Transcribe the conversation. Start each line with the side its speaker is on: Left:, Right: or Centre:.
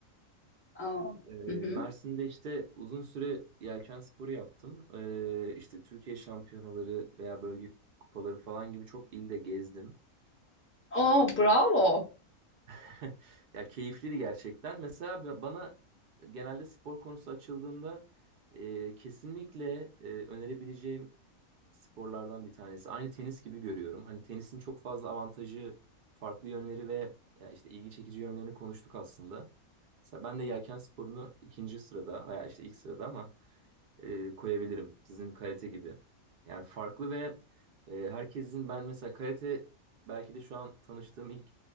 Left: Oh,
Right: Ee,
Left: Hı hı.
Right: Mersin'de işte uzun süre yelken sporu yaptım. Ee, işte Türkiye şampiyonaları veya bölge kupaları falan gibi çok ilde gezdim.
Left: oh bravo.
Right: <laughs> Ya keyifliydi gerçekten. Mesela ba- bana genelde spor konusu açıldığında e, kesinlikle e, önerebileceğim sporlardan bir tanesi. Aynı tenis gibi görüyorum. Hani tenisin çok fazla avantajı, farklı yönleri ve ya işte ilgi çekici yönlerini konuştuk aslında. Mesela ben de yelken sporunu ikinci sırada veya işte ilk sırada ama e, koyabilirim. Sizin karate gibi. Yani farklı ve e, herkesin ben mesela karate belki de şu an tanıştığım ilk